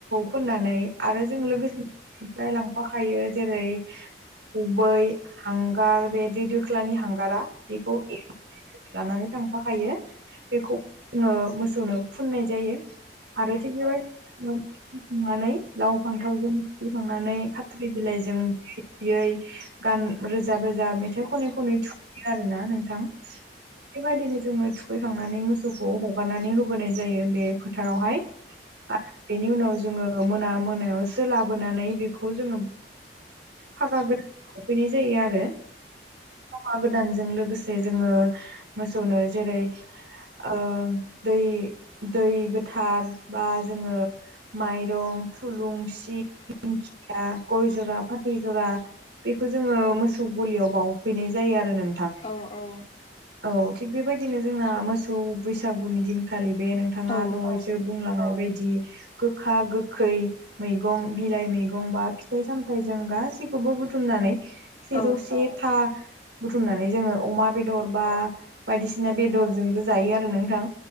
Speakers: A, on the right; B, on the left.
A: फोननानै आरो जों लोगोसेफ्राय लांफाखायो जेरै-थाव गुबै हांगार बे दै दोख्लानि हांगारा बेखौ एसे लानानै थांफाखायो। बेखौ जोङो मोसौनो फुननाय जायो। आरो थिद बेबायदिनो मोसौनाव फोनखांनानैै लाव-फान्थावजों खुबैखांनानै खाथ्रि बिलाइजों बुयै बुयै गान रोजाब रोजाब मे थाय खनै-खनै थुखोयो आरोना नोंथां। बेबायदिनो जोङो थु खैखांनानै मोसौखौ हगारनानै होबोनाय जायो बे फोथारावहाय आरो बेनि उनाव जोङो मोना मोनायावसो लाबोनानै बि खौ जोङो फागा गोदानाव सोफैनाय जायो आ‌ रो फागा गोदानजों लोगोसे जोङो मोसौनो जेरै- ओ दै दै गोथार बा जोङो माइरं, थुलुंसि, दिंखिया, गय जरा, फा फाथै जरा बेखौ जोङो मोसौ गलियाव बावफैनाय जायो आरो नों
B: औ औ
A: औ थिग बेबायदिनो जोंना मोसौ बैसागुनि दिनखालि बे नोंथाङा
B: औ
A: दहायसो बुंलांनाय बायदि गोखा गोखै मैगं बिलाइ मैगं बा फिथाइ सामथाइ जों गासिखौबो बुथुम सेजौ
B: औ
A: सेथा बुथुमनानै जोङो अमा बेदर बा बायदिसिना बेदरजोंबो जायो आरो नोंथां